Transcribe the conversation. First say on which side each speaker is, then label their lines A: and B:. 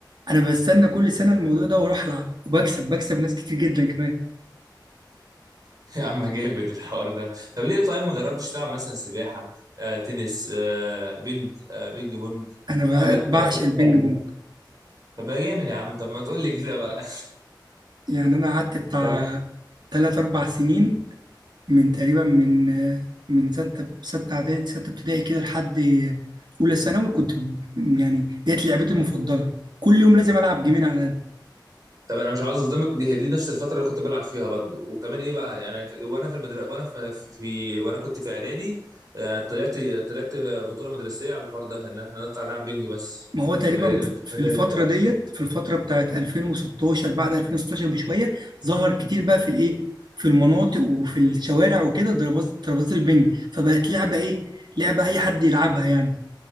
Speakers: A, on the right; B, on the right.
A: انا بستنى كل سنة الموضوع ده واروح العب وبكسب بكسب ناس كتير جدا كمان
B: <laughs> يا عم جامد الحوار ده طب ليه طيب ما جربتش تلعب مثلا سباحه آه، تنس آه، بينج آه، بينج بونج
A: انا ب-
B: اقول لك
A: بعشق
B: آه، كره
A: البينج
B: سله
A: بونج
B: طب ما جامد يا عم طب ما تقول لي كده بقى
A: يعني انا قعدت
B: <laughs>
A: بتاع تلات أربع سنين من تقريبا من من ستة ستة إعدادي ستة ابتدائي كده لحد أولى ثانوي كنت ب- يعني ديت لعبتي المفضلة كل يوم لازم ألعب جيمين على الأقل
B: طب انا مش عاوز اصدمك دي هي دي نفس الفتره اللي كنت بلعب فيها برضه وكمان ايه بقى يعني في وانا في المدرسه وانا في, في في- وانا كنت في اعدادي يعني طلعت طلعت بطوله مدرسيه على الحوار ده ان احنا نطلع نلعب بينج بس
A: ما هو تقريبا
B: في المدارس
A: في الفترة ديت في الفترة بتاعت 2016 بعد 2016 بشوية ظهر كتير بقى في الايه في المناطق وفي الشوارع وكده ترابيزة ترابيزة البنج فبقت لعبة ايه لعبة اي حد يلعبها يعني